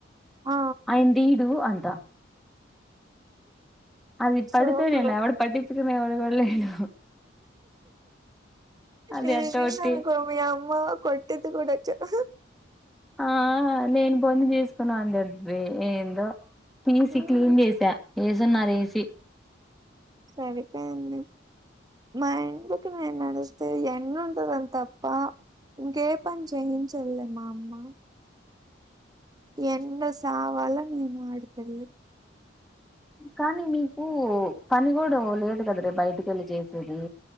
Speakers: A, on the right (about 20°); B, in the centre.
A: ఆ
B: ఆయన తీడు అంటా అది పడుతే
A: సోకులు
B: నిన్ను ఎవడు పటిచ్చుకునే వాడు కూడా లేడు అది
A: ఇది
B: అట్టోటి
A: యినింది అనుకో మీ అమ్మా కోట్ ఈత కూడా వచ్చా ఆహ
B: ఆ నేను బొని చేసుకున్నా అంటాది ఏందో తీసి
A: హ్మ్
B: క్లీన్ చేసా ఏసున్నారు ఏసీ
A: సరిపొయింది మరి ఎందుకు మే నడుస్తే ఎండ ఉంటాదని తప్ప ఇంకే పని చేయించుదవే మా అమ్మా ఎండలో సవల్ల మీము ఆడికెళ్ళి
B: కానీ మీకు పని కూడా లేదు కద రే బయటికి వెళ్ళి చేసేది